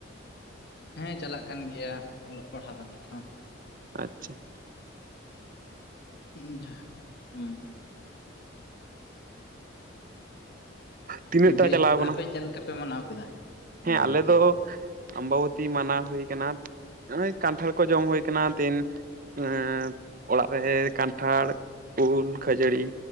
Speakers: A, on the left; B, on the right.
A: ᱦᱮᱸ ᱪᱟᱞᱟᱜ ᱠᱟᱱ ᱜᱮᱭᱟ ᱚᱞᱚᱜ ᱯᱟᱲᱦᱟᱣ ᱱᱤᱛ ᱦᱚᱸ ᱾
B: ᱟᱪᱪᱷᱟ,
A: ᱦᱩᱸᱻ ᱡᱟᱦᱩᱠ ᱦᱩ‍ᱸᱻ
B: ᱛᱤᱱᱟᱹᱜ
A: ᱦᱩᱸ
B: ᱴᱟ
A: ᱫᱤᱭᱮ
B: ᱪᱟᱞᱟᱣ ᱟᱠᱟᱱᱟ
A: ᱟᱯᱮ ᱪᱮᱫ ᱞᱮᱠᱟ ᱯᱮ ᱢᱟᱱᱟᱣ ᱠᱮᱫᱟ
B: ᱦᱮᱸ
A: ᱚᱢᱵᱚᱵᱚᱛᱤ
B: ᱟᱞᱮ ᱫᱚ ᱟᱢᱵᱟᱵᱚᱛᱤ ᱢᱟᱱᱟ ᱦᱩᱭ ᱟᱠᱟᱱᱟ ᱠᱟᱱᱴᱷᱟᱲ ᱠᱚ ᱡᱚᱢ ᱦᱩᱭ ᱟᱠᱟᱱᱟ ᱛᱮᱦᱤᱱ ᱮᱸᱻ ᱚᱲᱟᱜ ᱨᱮ ᱠᱟᱱᱴᱷᱟᱲ ᱩᱞ ᱠᱷᱟᱹᱡᱟᱹᱲᱤ